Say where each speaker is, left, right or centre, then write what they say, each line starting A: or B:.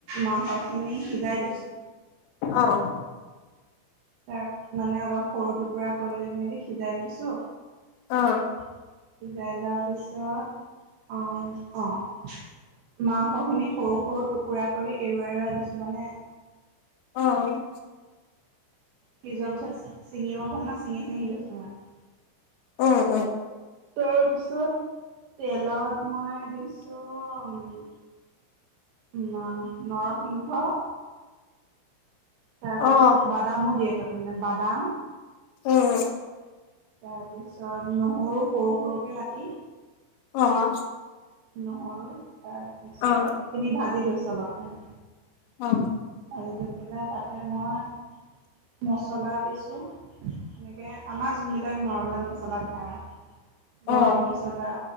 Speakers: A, on the right; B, on the left.
A: মাংসখিনি সিজাই লৈছোঁ।
B: অ'।
A: তাৰমানে অলপ সৰু টুকুৰা কৰি মেলি সিজাই লৈছোঁ।
B: অ
A: সিজাই লোৱাৰ পিছত, অ'অ'। মাংস খিনি সৰু সৰু টুকুৰা কৰি এৰুৱাই এৰুৱাই লৈছোঁ, মানে।
B: অ',
A: সি যোৱাৰ পিছত ছিঙিব পাম না, ছিঙি ছিঙি লৈছোঁ মানে।
B: অ', অ'।
A: তাৰপিছত, তেলত মই দিছোঁ ন নৰসিংহ। তাৰপিছত
B: অ
A: বাদামো দিয়ে তাৰমানে, বাদাম।
B: উম্।
A: তাৰপিছত, নহৰু সৰু সৰুকে কাটি।
B: অ'।
A: নহৰু, তাৰপিছত
B: অ অ
A: সেইখিনি ভাজি লৈছোঁ অলপমান।
B: অ'।
A: ভাজি লৈ পেলাই, তাতে মই মছলা দিছোঁ। এনেকে, আমাৰ যোনবিলাক নৰ্মেল মছলা খাওঁ,
B: অ
A: গৰম মছলা মচলা